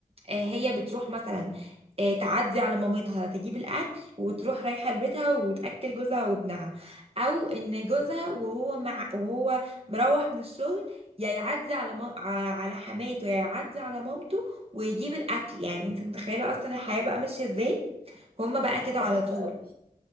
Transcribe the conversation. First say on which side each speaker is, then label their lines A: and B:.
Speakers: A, on the right; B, on the right.
A: آه، هي بتروح مثلا آه، تعدي على مامتها تجيب الاكل وتروح رايحه لبيتها وتاكل جوزها وابنها او ان جوزها وهو مع وهو مروح من الشغل يا يعدي على مام... على على حماته يا يعدي على مامته ويجيب الاكل يعني انت متخيله اصلا الحياه بقى ماشيه ازاي هما بقى
B: لا
A: كده
B: دي صعبه
A: على طول
B: قوي